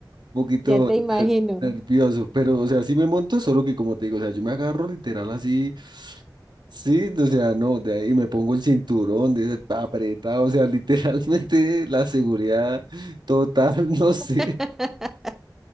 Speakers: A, on the right; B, in the centre.
A: poquito
B: Ya te imagino.
A: ner- nervioso, pero, o sea, sí me monto, solo que como te digo, o sea, yo me agarro literal así, sí, o sea, no, de ahí me pongo el cinturón, de pa- apretado, o sea, <laughs> literalmente la seguridad total, <laughs> no sé,
B: <laughs>